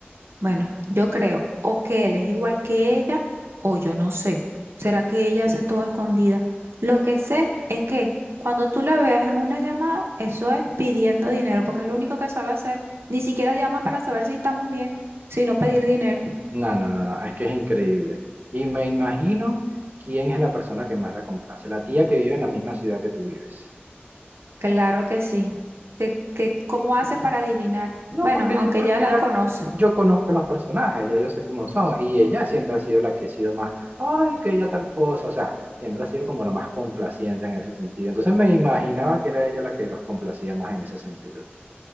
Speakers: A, on the right; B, on the right.
A: Bueno, yo creo o que él es igual que ella o yo no sé. ¿Será que ella hace todo escondida? Lo que sé es que cuando tú la veas en una llamada, eso es pidiendo dinero, porque es lo único que sabe hacer. Ni siquiera llama para saber si estamos bien, sino pedir dinero.
B: No, no, no, no, es que es increíble. Y me imagino quién es la persona que más la complace, la tía que vive en la misma ciudad que tú vives.
A: Claro que sí. Que que cómo hace para adivinar?
B: No,
A: Bueno,
B: porque,
A: aunque
B: porque
A: ya la
B: ya
A: conoce.
B: yo conozco los personajes, ya yo sé cómo son, y ella siempre ha sido la que ha sido más, ay, que ella tal cosa, o sea, siempre ha sido como la más complaciente en ese sentido. Entonces me imaginaba que era ella la que los complacía más en ese sentido.